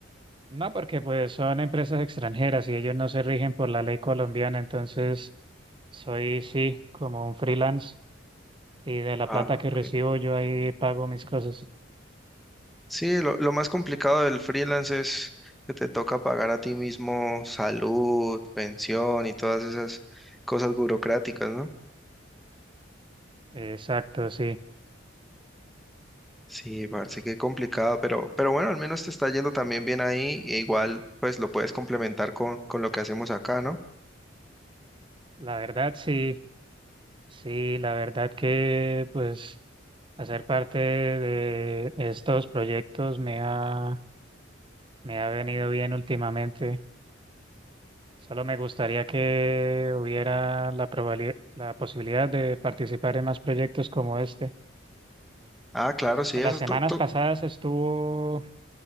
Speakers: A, on the right; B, in the centre.
A: No, porque pues son empresas extranjeras y ellos no se rigen por la ley colombiana, entonces soy sí como un freelance y de la
B: Ah,
A: plata que recibo
B: ok.
A: yo ahí pago mis cosas.
B: Sí, lo, lo más complicado del freelance es que te toca pagar a ti mismo salud, pensión y todas esas cosas burocráticas, ¿no?
A: Exacto, sí.
B: Sí, parece que complicado, pero, pero bueno, al menos te está yendo también bien ahí, e igual pues lo puedes complementar con, con lo que hacemos acá, ¿no?
A: La verdad sí, sí, la verdad que pues hacer parte de estos proyectos me ha, me ha venido bien últimamente. Solo me gustaría que hubiera la probali- la posibilidad de participar en más proyectos como este.
B: Ah, claro, sí,
A: En
B: eso
A: las
B: es
A: semanas
B: todo.
A: pasadas estuvo,